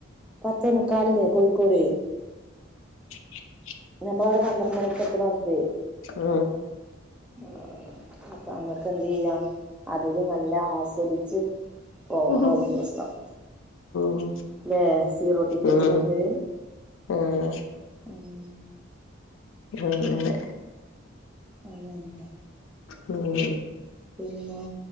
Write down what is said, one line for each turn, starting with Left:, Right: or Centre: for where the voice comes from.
Centre: പത്തേ മുക്കാലിന്റെ കോഴിക്കോട്
Left: ഉ
Centre: നമ്മടവിടെ പന്ത്രണ്ട് മണിക്കെത്തുന്ന ബസ്
Left: ആ
Centre: ആ അപ്പൊ നമ്മ ക്ക് എന്ത് ചെയ്യാം അതില് നല്ല ആസ്വദിച്ച് പോകണം
Left: ഉം
Centre: ഒരു ദിവസം
Left: ഉം
Centre: ല്ലേ സീറോ ടിക്കറ്റും
Left: ഉം
Centre: കൊണ്ട്
Left: ആഹ്
Centre: ഉം
Left: ഹാ അങ്ങനെ
Centre: അയിനെന്താ
Left: ഉം
Centre: പിന്നെ